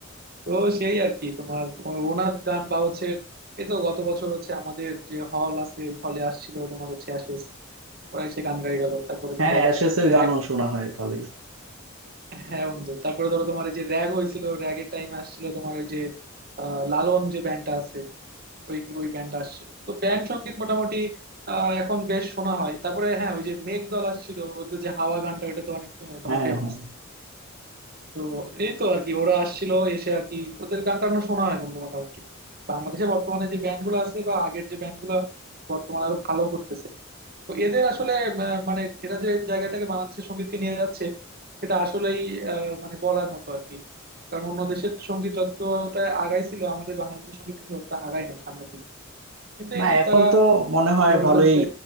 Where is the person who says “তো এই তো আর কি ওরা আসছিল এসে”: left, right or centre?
Right